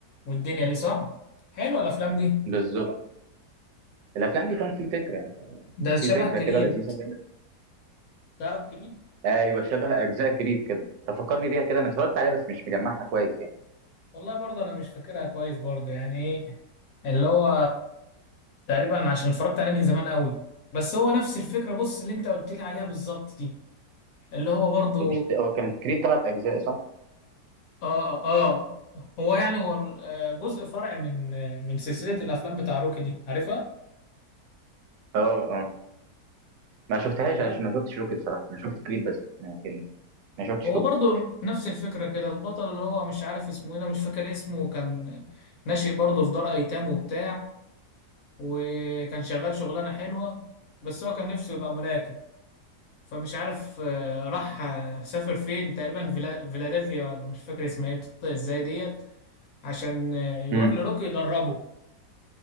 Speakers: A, on the left (about 65°); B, on the right (about 80°).
A: والدنيا دي صح حلوه الافلام دي
B: بالظبط الافلام دي كان في فكره يعني
A: ده شبه
B: في فكره
A: كريد
B: كده لذيذه كده
A: تعرف كريد
B: ايوه شبه اجزاء كريد كده تفكرني بيها كده انا اتفرجت عليها بس مش مجمعها كويس يعني
A: والله برضه انا مش فاكرها كويس برضه يعني ايه اللي هو تقريبا عشان اتفرجت عليه من زمان قوي بس هو نفس الفكره بص اللي انت قلت لي عليها بالظبط دي اللي هو برضه
B: يعني مش هو كان كريد ثلاث اجزاء صح؟
A: اه اه آه. هو يعني هو ال- آه، جزء فرع من آه، من سلسله الافلام بتاع روكي دي عارفها
B: اه اه ما شفتهاش
A: هو
B: انا ما شفتش روكي بصراحه انا شفت كريد بس لكن ما شفتش
A: هو
B: روكي
A: برضه نفس الفكره كده البطل اللي هو مش عارف اسمه ايه أنا مش فاكر اسمه كان ناشئ برضه في دار ايتام وبتاع وكان شغال شغلانه حلوه بس هو كان نفسه يبقى ملاكم فمش عارف آه، راح آه، سافر فين تقريبا فيلا- فيلادلفيا ولا مش فاكر اسمها ايه بتنطق ازاي ديت عشان آه، يروح
B: امم
A: لروكي يدربه